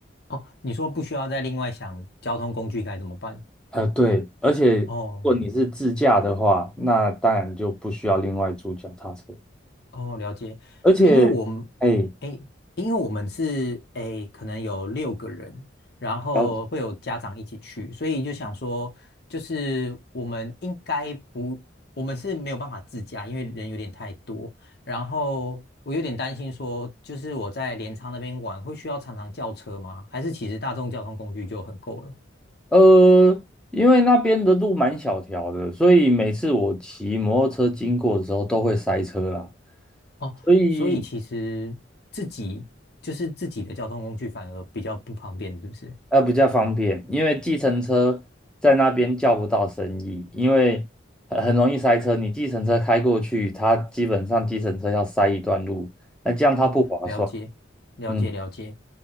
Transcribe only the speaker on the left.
哦，你说不需要再另外想交通工具该怎么办？
哦。
哦，了解，
因为我们，
诶，因为我们是诶，可能有六个人，然后会有家长一起去，
所以就想说，就是我们应该不，我们是没有办法自驾，因为人有点太多。然后我有点担心说，就是我在镰仓那边玩，会需要常常叫车吗？还是其实大众交通工具就很够了？
哦，
所以其实自己就是自己的交通工具反而比较不方便，是不是？
哦，了解，了解，
了解。